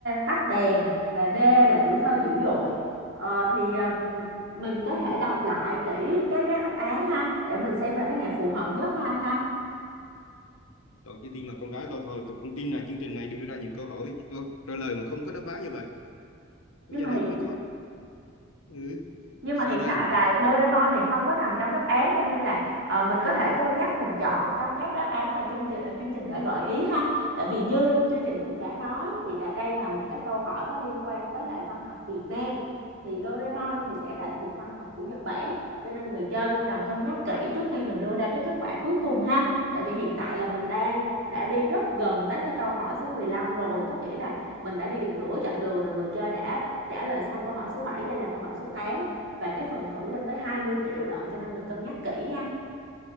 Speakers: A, on the right; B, on the left.
A: tắt đèn và D là tuổi thơ dữ dội. Ờ, thì um, mình có thể đọc lại kỹ cái các đáp án ha để mình xem là cái nào phù hợp nhất ha anh ha.
B: Tôi chỉ tin là con gái tôi thôi, tôi không tin là chương trình này đưa ra những câu hỏi, câu trả lời mà không có đáp án như vậy. Bây
A: Nhưng
B: giờ
A: mà
B: nếu
A: hiện
B: không có, ừ,
A: nhưng
B: sao
A: mà hiện
B: đây?
A: tại là Doraemon thì không có nằm trong đáp án cho nên là ờ, mình có thể cân nhắc mình chọn trong các đáp án mà chương trình ờ, chương trình đã gợi ý ha tại vì như chương trình cũng đã nói thì đã, đây là một cái câu hỏi có liên quan tới lại văn học Việt Nam thì Doraemon thì sẽ là thuộc văn học của Nhật Bản cho nên người chơi vui lòng cân nhắc kỹ trước khi mình đưa ra cái kết quả cuối cùng ha tại vì hiện tại là mình đang đã đi rất gần tới cái câu hỏi số 15 rồi tức nghĩa là mình đã đi được nửa chặng đường là người chơi đã trả lời xong câu hỏi số bảy đây là câu hỏi số tám và cái phần thưởng lên tới 20 triệu lận cho nên mình cân nhắc kỹ nha.